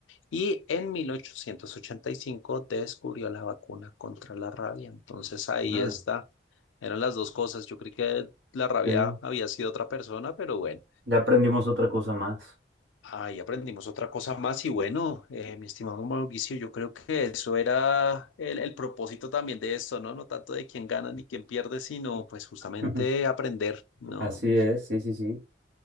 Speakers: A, on the left; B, on the right.
A: y en 1885 descubrió la vacuna contra la rabia. Entonces ahí
B: Órale.
A: está, eran las dos cosas. Yo creí que la rabia
B: Sí,
A: había sido otra persona, pero bueno.
B: ya aprendimos otra cosa más.
A: Ahí aprendimos otra cosa más y bueno, eh, mi estimado Mauricio, yo creo que eso era el, el propósito también de esto, ¿no? No tanto de quién gana ni quién pierde, sino pues justamente
B: <laughs>
A: aprender, ¿no?
B: Así es, sí, sí, sí.